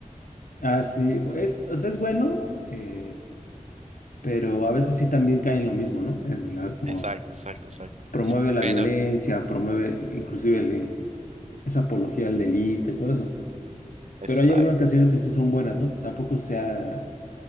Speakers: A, on the left; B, on the right.
A: Ah, sí, es, o sea, es bueno, eh, pero a veces sí también cae en lo mismo, ¿no? En la- como
B: Exacto, exacto, exacto.
A: promueve la
B: Pero,
A: violencia, promueve inclusive el- el- esa apología al delito y todo eso.
B: exacto.
A: Pero hay algunas canciones que sí son buenas, ¿no? Pues Tampoco sea,